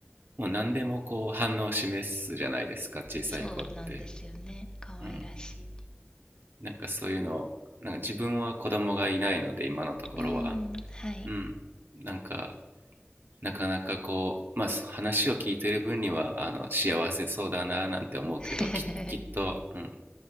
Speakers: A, on the right; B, on the left.
A: うもう何でもこう反応を示すじゃないですか小さい子って、
B: そうなんですよね。可愛らしい。
A: うん、なんかそういうのなんか自分は子供がいないので今のところは、
B: うん、うん、はい。
A: うん、なんかなかなかこう、まあ、話を聞いてる分にはあの幸せそうだななんて思うけどき、
B: <laughs>
A: きっと、うん、